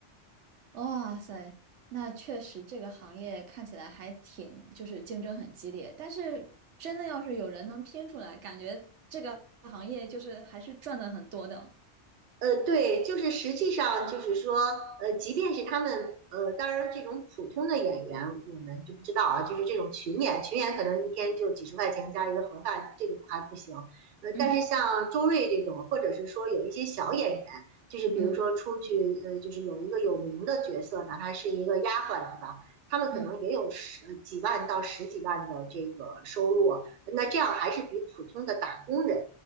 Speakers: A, on the right; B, on the right.
A: 哇塞，那确实这个行业看起来还挺，就是竞争很激烈。但是真的要是有人能拼出来，感觉这个行业就是还是赚的很多的。
B: 呃，对，就是实际上就是说，呃，即便是他们，呃，当然这种普通的演员我们就不知道啊，就是这种群演，群演可能一天就几十块钱加一个盒饭，这个还不行。呃，
A: 嗯
B: 但是像周瑞这种，或者是说有一些小演员，就是比如说出去，
A: 嗯
B: 呃，就是有一个有名的角色，哪怕是一个丫鬟，是吧？他们可能也有十几万到十几万的这个收入，
A: 嗯。
B: 那这样还是比普通的打工人。